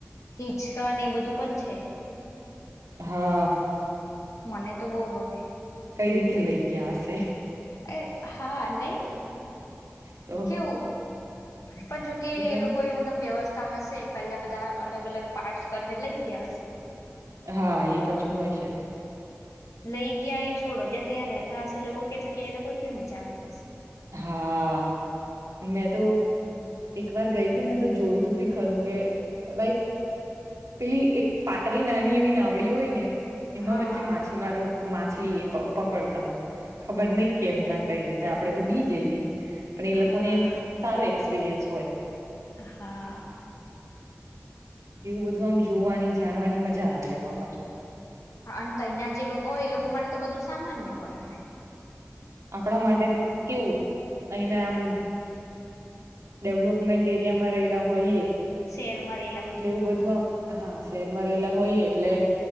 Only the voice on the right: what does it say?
હા.
કંઈ રીતે લઈ ગયા હશે?
તો
એટલે
આમ
હા એ પાછું હોય શકે.
હા મેં તો. એક વાર ગઈ હતી ને તો જોવી. તું બી ખરુ કેે લાઈક. પેલી એક પાતળી નાની એવી નાવડી હોય ને. એમાં
વચ્ચે માછીમારો. માછલી એ પ પકડતા હોય. ખબર નહી કે એમના
કઈ રીતે આપડે. તો બી જઈએ. પણ એ
લોકો ને એમ સારો એક્સપ. ક્સપિરિયન્સ હોય.
એવું બધું આમ જોવાની જાણવાની મજા આવે એમાં પાછું.
આપણા માટે કેવું અહીના આમ ડેવલોપમેન્ટ એરિયામાં રહેલા હોઈએ.
એટલે એવું
બધું આમ હા શહેરમાં રહેલા હોય એટલે